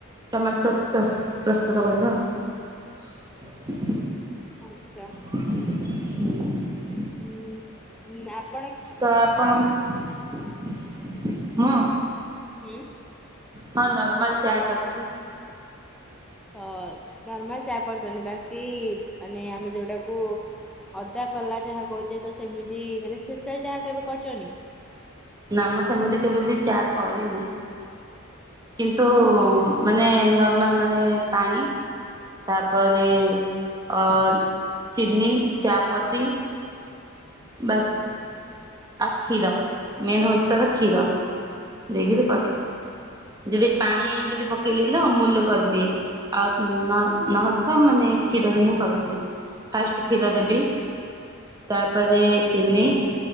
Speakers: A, on the right; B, in the centre.
A: ଟମାଟୋ ସସ ପ୍ରସ ପ୍ରସ୍ତୁତ କରିବା ଆଉ।
B: ଆଛା।
A: <inaudible>
B: ହୁଁ ନାପ
A: ତ ଆପଣ ହୁଁ
B: ହୁଁ।
A: ହଁ ନର୍ମାଲ ଚା କରିଛି।
B: ତ ନର୍ମାଲ ଚା କରୁଛନ୍ତି ବାକି ମାନେ ଆମେ ଯୋଉଟାକୁ ଅଦାପଲା ଯାହା କହୁଛେ ତ ସେମିତି ମାନେ ସ୍ପେଶାଲ ଯାହା କେବେ କରୁଛନ୍ତି?
A: ନା ମୁଁ ସେମିତି କେବେବି ଚା କରିନି। କିନ୍ତୁ
B: ତମ
A: ମାନେ ନର୍ମାଲ ମାନେ ପାଣି ତାପରେ ଅ ଚିନି ଚାପତି ବାସ ଆଉ କ୍ଷୀର ମେନ ହୋଉଛି ତାର କ୍ଷୀର। ଦେଇକିରି
B: ଆଚ୍ଛା
A: କରେ ଯଦି ପାଣି ଯଦି ପକେଇଲି ହେଲେ ଅମୁଲ ରେ କରିଦିଏ। ଆଉ ନ ନହେଲେ ତ ମାନେ କ୍ଷୀରରେ ହିଁ କରିଦିଏ। ଫାଷ୍ଟ କ୍ଷୀର
B: ଆପଣ
A: ଦେବି ତାପରେ
B: ହୁଁ
A: ଚିନି